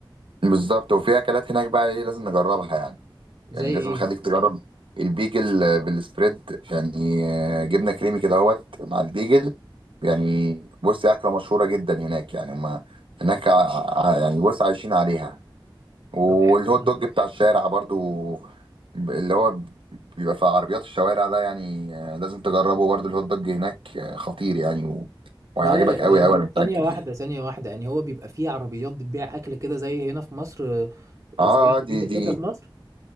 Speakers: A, on the right; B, on the right.
A: بالظبط وفي اكلات هناك بقى ايه لازم نجربها يعني
B: زي
A: يعني لازم
B: ايه
A: اخليك تجرب البيجل بالسبريد يعني آه، جبنه كريمي كده اهوت مع البيجل يعني بص اكله مشهوره جدا هناك يعني ما هناك ع- ع- يعني بص عايشين عليها والهوت
B: طب حلو ده
A: دوج بتاع الشارع برضو ب- اللي هو بيبقى في عربيات الشوارع ده يعني آه، لازم تجربه برضو الهوت دوج هناك آه، خطير يعني و... وهيعجبك
B: يا
A: قوي
B: يعني
A: قوي انا متاكد
B: ثانيه واحده ثانيه واحده يعني هو بيبقى فيه عربيات بتبيع اكل كده زي هنا في مصر آه، زي
A: اه
B: عربية
A: دي
B: الكبده
A: دي
B: في مصر